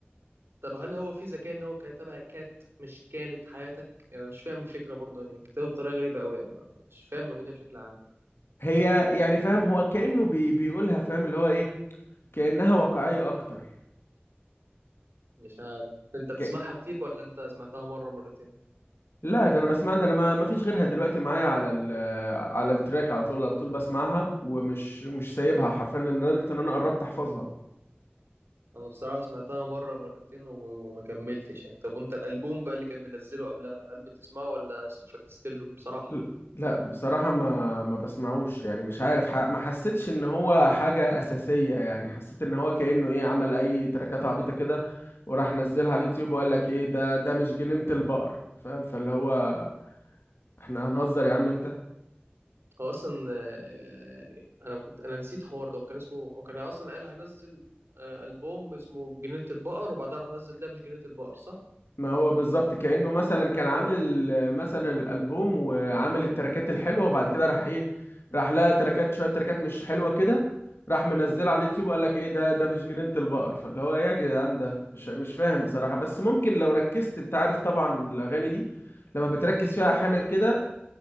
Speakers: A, on the right; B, on the left.
A: طب هل هو في ذكاء ان هو كتبها كات مش كانت حياتك يعني أنا مش فاهم الفكره برضه يعني كتبها بطريقه غريبه قوي يعني أنا مش فاهم الاغنيه بشكل عام
B: هي يعني فاهم هو كأنه بي بيقولها فاهم اللي هو إيه كأنها واقعية أكتر
A: مش عارف انت بتسمعها
B: ك...
A: كتير ولا انت سمعتها مره مرتين
B: لا ده أنا بسمع ده أنا ما ما فيش غيرها دلوقتي معايا على ال على التراك على طول على طول بسمعها ومش مش سايبها حرفيا لدرجة إن أنا قربت أحفظها
A: انا بصراحه سمعتها مره مرتين و- وما كملتش يعني طب وانت الالبوم بقى اللي كان منزله قبلها هل بتسمعه ولا فكست له بصراحه
B: ل- لا بصراحة ما ما بسمعوش يعني مش عارف ح- ما حسيتش ان هو حاجة اساسية يعني حسيت ان هو كأنه ايه عمل اي تراكات عبيطة كده وراح نزلها على اليوتيوب وقال لك ايه ده ده مش جنينة البقر فاهم فاللي هو احنا هنهزر يا عم انت
A: هو اصلا آه، يعني انا كنت انا نسيت حوار ده وكان اسمه وكان اصلا قال هنزل آه، البوم اسمه جنينه البقر وبعدها راح نزل ده مش جنينه البقر صح؟
B: ما هو بالظبط كأنه مثلا كان عامل آه، مثلا الألبوم وعامل التراكات الحلوة وبعد كده راح ايه راح لقى تراكات شوية تراكات مش حلوة كده راح منزلها على اليوتيوب وقال لك ايه ده ده مش جنينة البقر فاللي هو ايه يا جدعان ده مش مش فاهم بصراحة بس ممكن لو ركزت انت عارف طبعا الأغاني دي لما بتركز فيها أحيانا كده